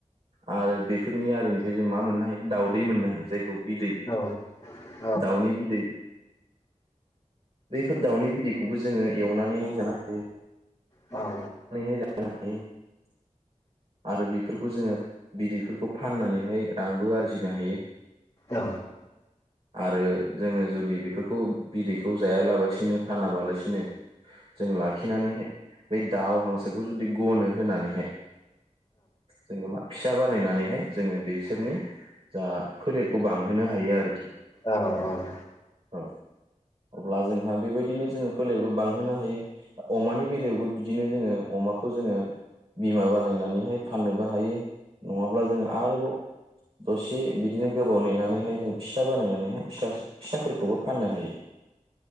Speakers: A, on the right; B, on the left.
A: आरो बेफोरनि आरिनिफ्राय जों मा मोननो हायो दावदै मोननो हायो जायखि औ बिदै
B: औ औ
A: दाउनि बिदै बेफोर दाउनि बिदैखौबो जोङो एवनानैहाय जानो हायो
B: औ
A: <unintelligible> आरो बेफोरखौ जोङो बिदैफोरखौ फाननानैहाय रांबो आरजिनो हायो
B: औ
A: आरो जोङो जुदि बेफोरखौ बिदैखौ जायालाबसिनो फानाबालासिनो जों लाखिनानैहाय बे दाउ हांसोखौ जुदि गनो होनानैहाय जोंनो मा फिसा बानायनानैहाय जोङो बिसोरनि जा फोलेरखौ बांहोनो हायो आरोखि
B: औ औ
A: औ अब्ला जोंहा बेबायदिनो जोङो फोलेरबो बांहोबनो हायो अमानि बेलायावबो बि बिदिनो जोङो अमाखौ जोङो बिमा बानायनानैहाय फाननोबो हायो नङाब्ला जोङो आरोबाव दसे बिदिनो गोबाव नेनानैहाय जों फिसा बानायनानैहाय फिसा-फिसाफोरखौबो फाननो हायो